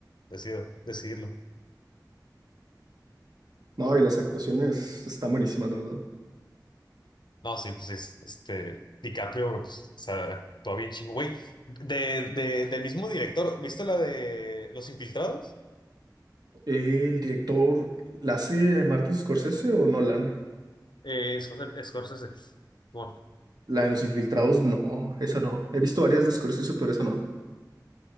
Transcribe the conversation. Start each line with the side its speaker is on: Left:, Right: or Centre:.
Left: decido, decidirlo.
Right: No, y las actuaciones están buenísimas, la verdad.
Left: No, sí, pues es, este, DiCaprio, güey, pues, o sea, actúa bien chingo. Güey, de, de, del mismo director, ¿viste la de Los Infiltrados?
Right: ¿El director la hace Martin Scorsese o Nolan?
Left: Eh, Scorsese. Scorsese. Bueno,
Right: La de los infiltrados, no, esa no. He visto varias de Scorsese, pero esa no.